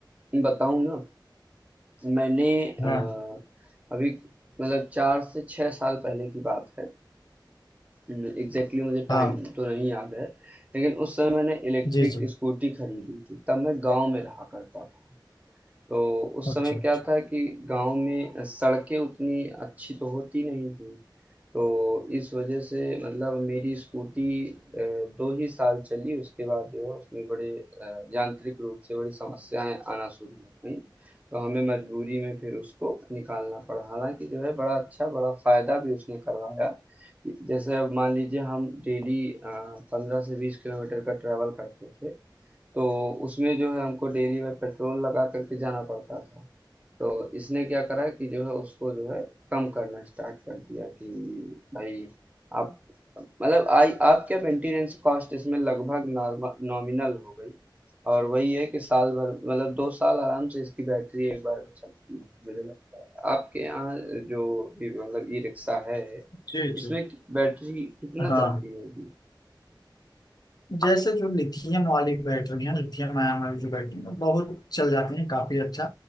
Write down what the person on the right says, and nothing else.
बताऊँ ना मैंने अ,
अभी मतलब चार से छः साल पहले की बात है एग्जैक्टली exactly मुझे टाइम
तो नहीं याद है लेकिन उस समय मैंने इलेक्ट्रिक
स्कूटी खरीदी थी तब मैं गांव में रहा करता था तो उस
समय
क्या था कि गांव में सड़कें उतनी अच्छी तो होती नहीं थी तो इस वजह से मतलब मेरी स्कूटी अ, दो ही साल चली उसके बाद जो है उसमें बड़े अ, यांत्रिक रूप से बड़ी समस्याएं आना शुरू हो गई तो हमें मजबूरी में फिर उसको निकालना पड़ा हालांकि जो है बड़ा अच्छा बड़ा फायदा भी उसने करवाया कि जैसे अब मान लीजिए हम डेली पंद्रह से बीस किलोमीटर का ट्रैवल करते थे तो उसमें जो है हमको डेली में पेट्रोल लगा करके जाना पड़ता था तो इसने क्या करा कि जो है उसको जो है कम करना स्टार्ट कर दिया कि भाई आप मतलब आई आपके मेंटेनेंस कॉस्ट इसमें लगभग नॉर्मल नॉमिनल हो गई और वही है कि साल भर मतलब दो साल आराम से इसकी बैटरी एक बार में चलती है मुझे लगता है आपके यहाँ जो भी मतलब ई रिक्शा है
इसमें
कि- बैटरी कितना
चलती होगी